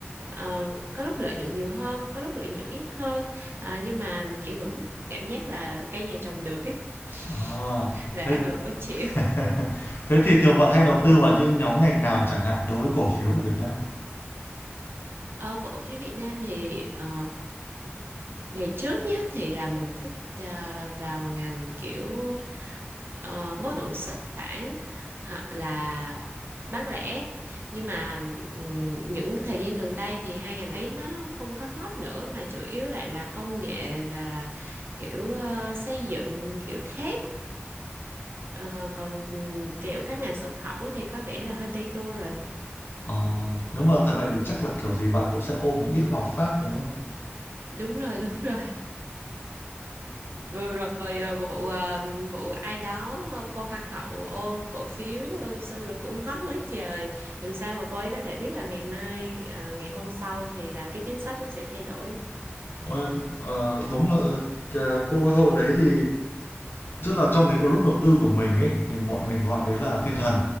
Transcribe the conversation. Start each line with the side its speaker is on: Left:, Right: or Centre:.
Right: Ờ, có lúc lợi nhuận nhiều hơn có lúc lợi nhuận ít hơn Ờ, nhưng mà kiểu vẫn thích cảm giác là cây nhà trồng được ấy <laughs>
Left: À,
Right: lại
Left: thế
Right: ăn lỗ chịu
Left: <laughs> thế thì thường bạn hay đầu tư vào những nhóm ngành nào chẳng hạn đối với cổ phiếu của Việt Nam?
Right: Ờ, cổ phiếu Việt Nam thì ờ, ngày trước nhé thì là mình thích ờ, vào ngành kiểu ờ, bất động sản hoặc là bán lẻ nhưng mà ừm, những cái thời gian gần đây thì hai ngành ấy nó không có hot nữa mà chủ yếu lại là công nghệ và kiểu ờ, xây dựng kiểu thép Ờ, còn ừm, kiểu các ngành xuất khẩu thì có vẻ là hơi tây tua rồi
Left: Ờ, nếu mà thật vậy thì chắc là kiểu gì bạn cũng sẽ ôm một ít Hòa Phát, đúng không?
Right: đúng rồi <laughs> đúng rồi vừa rồi ờ, vụ ờ, vụ ai đó ờ, cô hoa hậu ôm cổ phiếu ờ, xong rồi cũng hot quá trời làm sao mà cô ấy có thể biết là ngày mai ờ, ngày hôm sau thì là cái chính sách nó sẽ thay đổi
Left: Ôi, ờ, đúng là cái cô hoa hậu đấy thì tức là trong cái group đầu tư của mình ấy thì bọn mình gọi đấy là thiên thần